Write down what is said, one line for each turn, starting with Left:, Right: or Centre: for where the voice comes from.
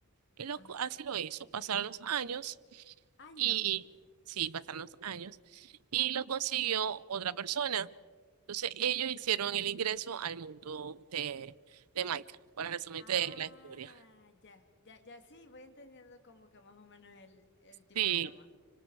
Right: Y lo,
Left: Ajá.
Right: ocu- así lo hizo, pasaron los años
Left: Año.
Right: y, sí, pasaron los años y lo consiguió otra persona. Entonces ellos hicieron el ingreso al mundo de, de Micah, para resumirte
Left: Ah,
Right: la historia.
Left: ya, ya, ya, sí, voy entendiendo como que más o menos el, el tipo
Right: sí
Left: de trama.